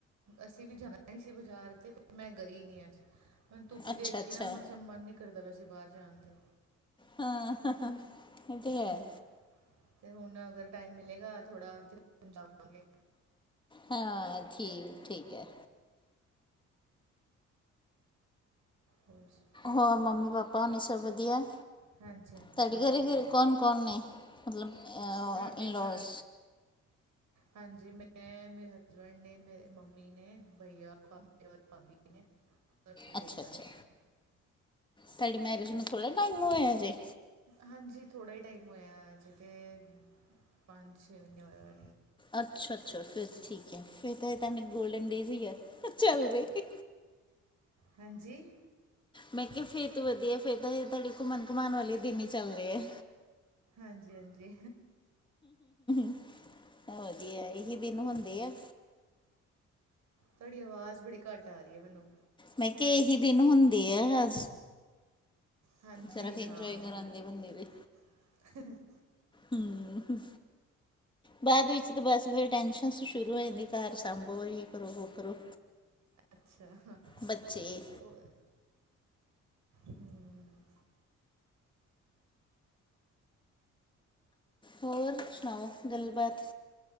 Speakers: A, on the right; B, on the left.
A: ਅਸੀਂ ਵੀ ਜਾਣਾ ਹੀ ਸੀ ਬਜ਼ਾਰ ਤੇ ਪਰ ਮੈਂ ਗਈ ਨੀ ਅੱਜ ਮੈਨੂੰ ਧੁੱਪ
B: ਅੱਛਾ
A: ਦੇਖ
B: ਅੱਛਾ
A: ਕੇ ਨਾ ਬਸ ਮਨ ਨਹੀਂ ਕਰਦਾ ਪਿਆ ਸੀ ਬਾਹਰ ਜਾਣ ਤੇ
B: ਹਾਂ <inaudible> ਹੈ
A: ਹਂ ਤੇ ਹੁਣ ਅਗਰ ਟਾਈਮ ਮਿਲੇਗਾ ਥੋੜਾ ਘੁੰਮਣ ਜਾਵਾਂਗੇ।
B: ਹਾਂ ਠੀਕ-ਠੀਕ ਹੈ।
A: ਹੋਰ ਸੁਣਾਓ
B: ਹੋਰ ਮੰਮੀ-ਪਾਪਾ ਹੁਣੇ ਸਭ ਵਧੀਆ
A: ਹਾਂਜੀ ਹਾਂਜੀ
B: ਤੁਹਾਡੇ
A: ਸਭ
B: ਘਰੇ-ਘਰੇ
A: ਵਧੀਆ ਸਭ
B: ਕੌਣ ਕੌਣ ਨੇ ਮਤਲਬ
A: ਸਾਡੇ
B: ਇਨਲੋਜ
A: ਘਰ ਹਾਂਜੀ ਮੈਂ ਮੇਰੇ ਹਸਬੈਂਡ ਨੇ ਮੇਰੇ ਮੰਮੀ ਨੇ ਭਈਆ ਔਰ ਭਾਬੀ ਨੇ ਔਰ ਮੇਰੇ
B: ਅੱਛਾ-ਅੱਛਾ
A: ਦੇਵਰ ਹੈ।
B: ਤੁਹਾਡੀ ਮੈਰਿਜ ਨੂੰ ਥੋੜ੍ਹਾ ਟਾਈਮ ਹੋਇਆ ਅਜੇ
A: ਹਾਂਜੀ ਥੋੜ੍ਹਾ ਹੀ ਟਾਈਮ ਹੋਇਆ ਜੇ ਤਾਂ ਪੰਜ ਛੇ ਮਹੀਨੇ ਹੋਏ।
B: ਅੱਛਾ- ਅੱਛਾ ਫਿਰ ਠੀਕ ਹੈ ਫਿਰ ਤਾਂ ਇਹ ਤੁਹਾਨੂੰ ਗੋਲਡਨ ਡੇਜ਼ ਹੀ ਆ ਚੱਲ ਰਹੇ।
A: ਹਾਂਜੀ
B: ਮੈਂ ਕਿਹਾ ਫਿਰ ਤੋਂ ਵਧੀਆ ਫੇਰ ਤਾਂ ਤੁਹਾਡੇ ਘੁੰਮਣ ਘਾਮਣ ਵਾਲੇ ਦਿਨ ਹੀ ਚੱਲ ਰਹੇ ਹੈ।
A: ਹਾਂਜੀ-ਹਾਂਜੀ
B: <inaudible> ਵਧੀਆ ਇਹੀ ਦਿਨ ਹੁੰਦੇ ਆ।
A: ਤੁਹਾਡੀ ਆਵਾਜ਼ ਬੜੀ ਘੱਟ ਆ ਰਹੀ ਹੈ ਮੈਨੂੰ
B: ਮੈਂ ਕਿਹਾ ਇਹੀ ਦਿਨ ਹੁੰਦੇ ਆ।
A: ਹਾਂਜੀ
B: ਜਰਾ ਕੇ
A: ਹਾਂ
B: ਇੰਜੋਏ ਕਰ
A: ਬਿਲਕੁਲ
B: ਆਉਂਦੇ ਬੰਦੇ ਦੇ
A: <inaudible>
B: ਹੂੰ ਬਾਅਦ ਵਿੱਚ ਤਾਂ ਬਸ ਫਿਰ ਟੈਂਸ਼ਨਸ ਸ਼ੁਰੂ ਹੋ ਜਾਂਦੀ ਘਰ ਸਾਂਭੋ ਇਹ ਕਰੋ ਵੋ ਕਰੋ।
A: ਅੱਛਾ ਉਹ
B: ਬੱਚੇ
A: ਹਮ
B: ਹੋਰ ਸੁਣਾਓ ਗੱਲਬਾਤ